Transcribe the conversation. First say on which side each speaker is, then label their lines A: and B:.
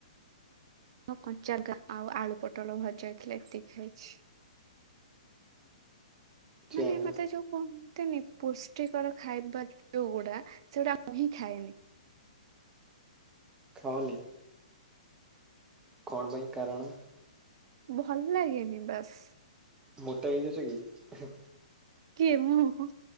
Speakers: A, on the right (about 40°); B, on the right (about 15°).
A: କଞ୍ଚା ଗାଁ ଆଉ ଆଳୁ ପୋଟଳ ଭଜା ହେଇଥିଲା ଏତିକ ଖାଇଛି।
B: ଯାହା
A: ମାନେ
B: ହଉ
A: ମତେ ଯୋଉ କହୁଁ। ତିନି ପୁଷ୍ଟିକର ଖାଇବା ଯୋଉଗୁଡା ସେଗୁଡା ମୁଁ ହିଁ ଖାଏନି।
B: ଖାଓନି। କଣ ପାଇଁ କାରଣ।
A: ଭଲ ଲାଗେନି ବାସ।
B: ମୋଟା ହେଇଯାଉଛ କି?
A: କିଏ ମୁଁ